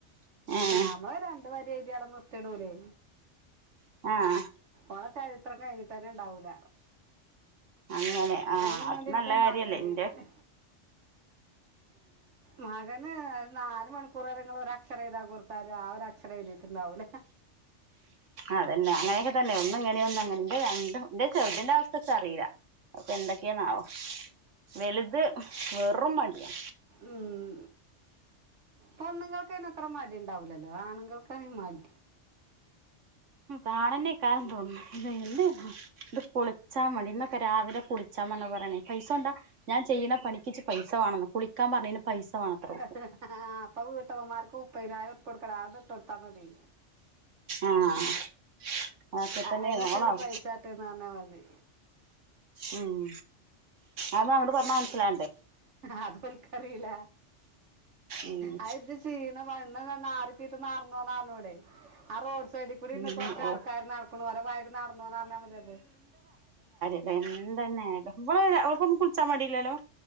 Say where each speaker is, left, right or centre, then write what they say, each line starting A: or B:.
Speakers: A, on the right; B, on the right.
A: ഉം. ഏഹ്
B: നമ്മള് രണ്ട് വരി എയ്തിയാ അവ്ടെ നിർത്തിടൂലേ.
A: ആഹ്
B: ഓളെ ചരിത്രം കഴിഞ്ഞിട്ട് തന്നെ ഉണ്ടാവൂല
A: അങ്ങനെ ആഹ്
B: അതിനു വേണ്ടി
A: അത്
B: എന്റെ
A: നല്ല കാര്യല്ലേ
B: മകന്
A: ന്റെ
B: മകന് നാല് മണിക്കൂറേരം ഒരക്ഷരം എയ്താ കൊട്ത്താലും ആ ഒരക്ഷരം എഴ്തീട്ടുണ്ടാവൂല.
A: അതന്നെ അങ്ങനൊക്കെ തന്നെ ഒന്നും ഇങ്ങനിം ഒന്നു അങ്ങനിം ന്റെ രണ്ടും ന്റെ ചെർതിൻന്റെ അവസ്ഥ ച്ച് അറീല്ല. അപ്പൊ എന്തൊക്കെന്നാവോ വലുത് വെറും മടിയാ
B: ഉം. പെണ്ണുങ്ങൾക്ക് അതിന് അത്ര മടി ഉണ്ടാവൂലല്ലോ ആണുങ്ങൾക്കാണ് ഈ മടി
A: കാണനേക്കാൻ തോന്നുന്നു ഇത് എ ഇ കൊളിച്ചാ മടന്ന <unintelligible> പ്പ രാവിലെ കുളിച്ചാ പറന്ന് പറയണേ പൈസ കൊണ്ടാ ഞാൻ ചെയ്യണ പണിച്ച് ഇച്ചി പൈസ വാണെന്ന് കുളിക്കാൻ പറന്- പൈസ വേണത്ര ഓൾക്ക്
B: ആഹ് പകുതിട്ടവമാർക്ക <unintelligible> ഉപ്പൈതിന കൊടുക്കടട്ട് ഒരു തപതി
A: ആഹ് അതൊക്കെ തന്നെ
B: അതിനൊക്കെയല്ലേ
A: നോ <unintelligible> ണ
B: പൈസ ആട്ടെന്ന് പറഞ്ഞാൽ മതി
A: ഉം അത് അങ്ങോട്ട് പറഞ്ഞ മനസില-
B: അതു ഇവൾക്ക് അറിയില്ല
A: ഉം
B: അ ഇത് ക്ഷീണ വറിപ്പീട്ട്ന്നാറുന്നു നാറുന്നു ഇടെ ആ റോഡ് സൈഡിൽ ഇവിടെ ഇരുന്നു
A: ഉം
B: കൊറച്ച
A: ഓ
B: ആൾക്കാർ നടക്കണ ഓരോ വയ നടന്നുന്ന് പറഞ്ഞാൽ മതിയത്
A: ല്ല എന്ത തന്നെയ ആലോ ഇവള് ഇവൾക്കൊന്നും കുളിച്ചാൽ മടിയില്ലല്ലോ